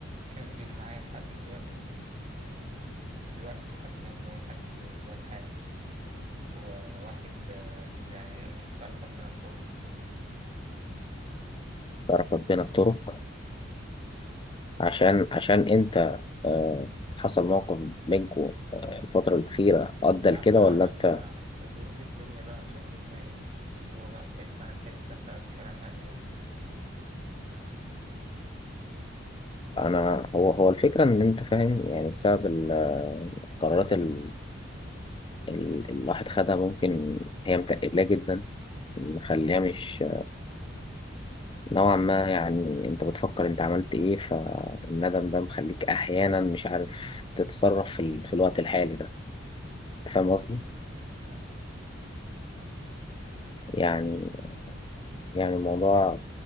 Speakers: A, on the right; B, on the left.
A: كمل معايا لحد دلوقتي الوقت لحد دلوقتي اللي هو لحد دلوقتي حالا وواحد آه، يعني افترقت بين الطرق
B: تعرف بين الطرق عشان عشان انت آه، حصل موقف بينكوا الفترة الأخيرة أدى
A: لا
B: لكده ولا
A: آه، لا
B: أنت
A: آه، ظروف الدنيا بقى خلتنا ايه هو بقى في حتة أنا في حتة فالكلام قل يعني
B: أنا هو هو الفكرة إن أنت فاهم يعني بسبب ال- القرارات ال- ال- اللي الواحد خدها ممكن هي متقلقة جدا مخليها مش نوعا ما يعني انت بتفكر انت عملت ايه فالندم ده مخليك احيانا مش عارف تتصرف في, ال... في الوقت الحالي ده انت فاهم قصدي
A: مم.
B: يعني يعني الموضوع